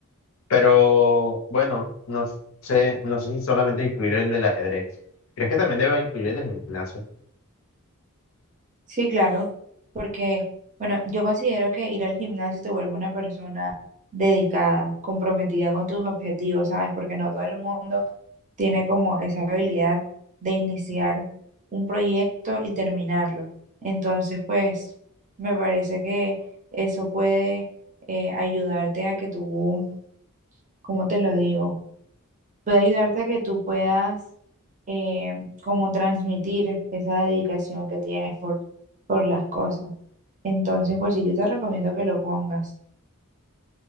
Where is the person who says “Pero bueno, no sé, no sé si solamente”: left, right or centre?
Left